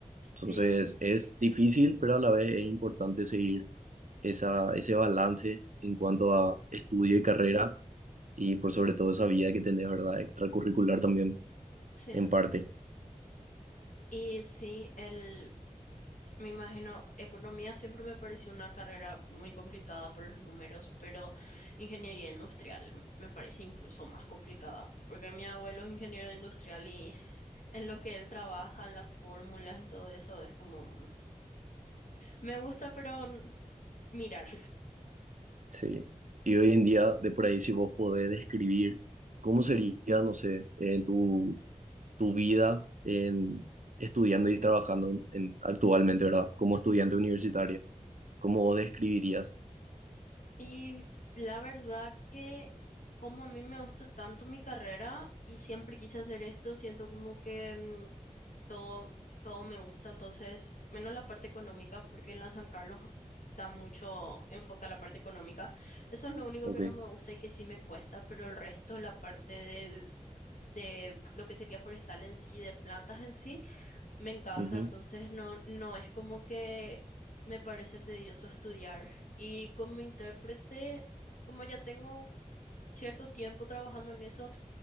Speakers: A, on the right; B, on the left.
A: Entonces
B: Sí,
A: es difícil, pero a la vez es importante seguir esa, ese balance en cuanto a estudio y carrera y por sobre todo esa vida que tenés, ¿verdad? Extracurricular también,
B: sí.
A: en parte.
B: Y sí, el, me imagino, economía siempre me pareció una carrera muy complicada por los números, pero ingeniería industrial me parece incluso más complicada, porque mi abuelo es ingeniero industrial y <laughs> en lo que él trabaja, en las fórmulas, en todo eso, es como, me gusta, pero n- mirar.
A: Sí, y hoy en día, de por ahí, si vos podés describir cómo sería, no sé, en tu, tu vida en, estudiando y trabajando en, actualmente, ¿verdad? Como estudiante universitario, ¿cómo vos describirías?
B: Y la verdad que como a mí me gusta tanto mi carrera y siempre quise hacer esto, siento como que... mm, todo, todo me gusta, entonces, menos la parte económica, porque en la San Carlos da mucho enfoque a la parte económica. Eso es lo único
A: Ok,
B: que no me gusta y que sí me cuesta, pero el resto, la parte de, de lo que sería forestal en sí, de plantas en sí, me encanta,
A: ujú,
B: entonces no, no es como que me parece tedioso estudiar. Y como intérprete, como ya tengo cierto tiempo trabajando en eso,